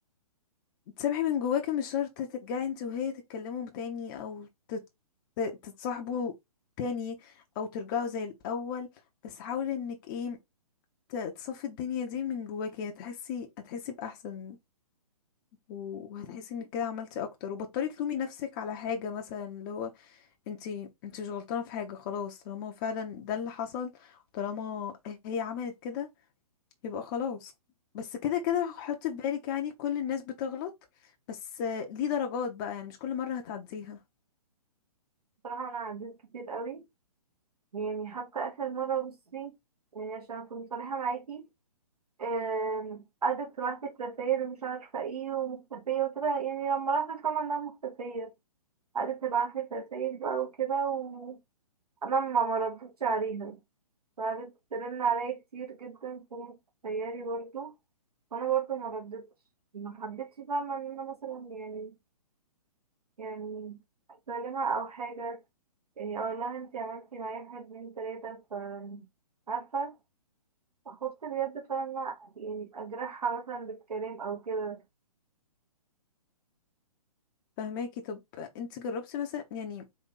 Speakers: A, on the left; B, on the right.
A: تسامحي من جواكي مش شرط ترجعي انت وهي تتكلموا تاني او تت- ت- تتصاحبوا تاني او ترجعوا زي الاول بس حاولي انك ايه ت- تصفي الدنيا دي من جواكي هتحسي هتحسي باحسن و- وهتحسي انك كده عملتي اكتر وبطلي تلومي نفسك على حاجه مثلا اللي هو انت انت مش غلطانه في حاجه خلاص طالما فعلا ده اللي حصل طالما هي عملت كده يبقى خلاص بس كده كده حط في بالك يعني كل الناس بتغلط بس آه، ليه درجات بقى يعني مش كل مرة هتعديها
B: بصراحة أنا عديت كتير قوي يعني حتى آخر مرة بصي يعني عشان أكون صريحة معاكي آم، قعدت تبعتلي رسايل ومش عارفة ايه ومختفية وكده يعني لما لاحظت طبعا انها مختفية قعدت تبعتلي رسايل بقى وكده وأنا ما مردتش عليها وقعدت ترن عليا كتير جدا فوق خيالي برضه وانا برضه ما ردتش ما حبيتش فاهمة ان انا مثلا يعني يعني اكلمها او حاجة يعني اقول لها انتي عملتي معايا واحد اتنين تلاتة ف عارفة خفت بجد فاهمة يعني اجرحها مثلا بالكلام او كده
A: فهماكي طب انت جربتي مثلا يعني